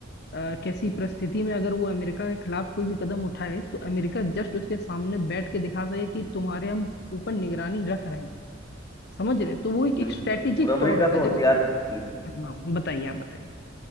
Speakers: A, on the left (about 55°); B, on the left (about 20°).
A: अ, कैसी परिस्थिति में अगर वो अमेरिका के खिलाफ कोई भी कदम उठाए तो अमेरिका जस्ट उसके सामने बैठ के दिखा सके कि तुम्हारे हम ऊपर निगरानी रख रहे हैं समझ रहे हो? तो वो एक,
B: बिल्कुल
A: एक स्ट्रेटेजिक
B: और अमेरिका
A: तौर होता है
B: तो
A: देखो
B: हथियार बिल्कुल
A: हाँ बताइए आप बताइए